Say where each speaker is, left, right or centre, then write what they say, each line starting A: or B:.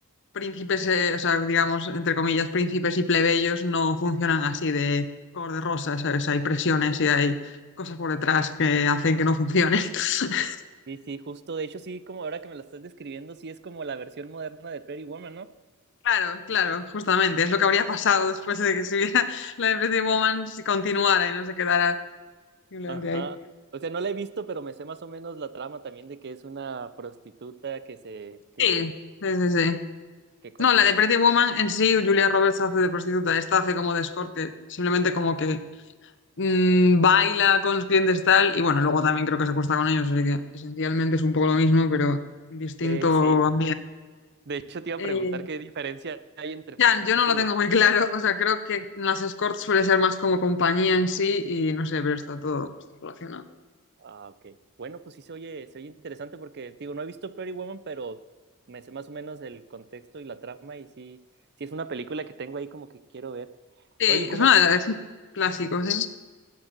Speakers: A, on the left; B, on the right.
A: príncipes, eh, o sea, digamos, entre comillas, príncipes y plebeyos no funcionan así de color de rosa, ¿sabes? Hay presiones y hay cosas por detrás que hacen que no funcione. <laughs>
B: Sí, sí, justo, de hecho sí, como ahora que me la estás describiendo, sí es como la versión moderna de Pretty Woman, ¿no?
A: Claro, claro, justamente. Es lo que habría pasado después de que se viera <laughs> la de Pretty Woman si continuara y no se quedara simplemente
B: Ajá.
A: ahí.
B: O sea, no la he visto, pero me sé más o menos la trama también de que es una prostituta que se, que,
A: Sí, sí, sí, sí.
B: que con
A: No,
B: un...
A: la de Pretty Woman en sí, Julia Roberts hace de prostituta, esta hace como de escorte, simplemente como que mm, baila con los clientes tal, y bueno, luego también creo que se acuesta con ellos, así que esencialmente es un poco lo mismo, pero en distinto
B: Eh, sí.
A: ambiente.
B: De hecho, te iba
A: Eh,
B: a preguntar qué diferencia hay entre
A: ya,
B: prostituta
A: yo no lo tengo
B: y escort.
A: muy claro, o sea, creo que las escorts suele ser más como compañía en sí, y no sé, pero está todo bastante relacionado.
B: Ah, ok. Bueno, pues sí se oye, se oye interesante porque, digo, no he visto Pretty Woman, pero me sé más o menos el contexto y la trama y sí, sí es una película que tengo ahí como que quiero ver.
A: Sí,
B: Oye, como,
A: es, una, es un clásico, sí.